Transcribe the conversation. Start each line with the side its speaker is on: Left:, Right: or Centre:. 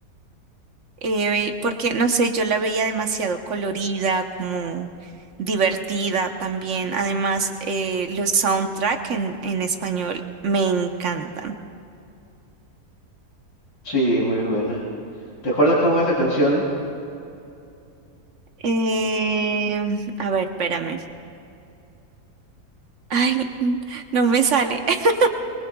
Right: eh, porque no sé, yo la veía demasiado colorida, como divertida también. Además, eh, los soundtrack en, en español me encantan.
Left: Sí, muy buena. ¿Te acuerdas cómo es la canción?
Right: Eh, a ver, espérame. <laughs> Ay, n- no me sale. <laughs>